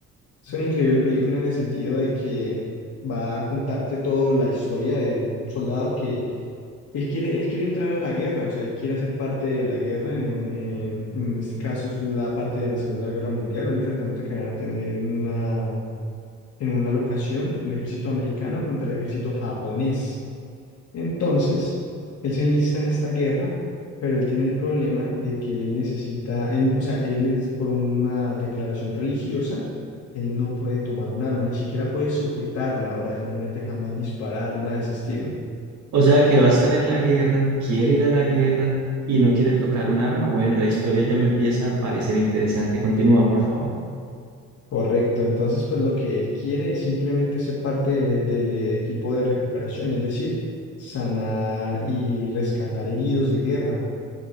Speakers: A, on the left; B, on the right.
A: Es una increíble película en el sentido de que va a contarte toda la historia de un soldado que él quiere, él quiere entrar a la guerra, o sea, él quiere hacer parte de la guerra, en, en en este caso es la parte de la Segunda Guerra Mundial, un enfrentamiento que van a tener en una en una locación el ejército americano contra el ejército japonés. Entonces, él se enlista en esta guerra, pero él tiene el problema de que él necesita, él, o sea, él es por una declaración religiosa, él no puede tomar un arma, ni siquiera puede sujetarla. Ahora, imagínate jamás disparar, nada de ese estilo.
B: O sea, que va a estar en la guerra, quiere ir a la guerra y no quiere tocar un arma. Bueno, la historia ya me empieza a parecer interesante. Continúa, por favor.
A: Correcto, entonces pues lo que él quiere es simplemente ser parte del, e- del equipo de recuperación, es decir, sanar y rescatar heridos de guerra.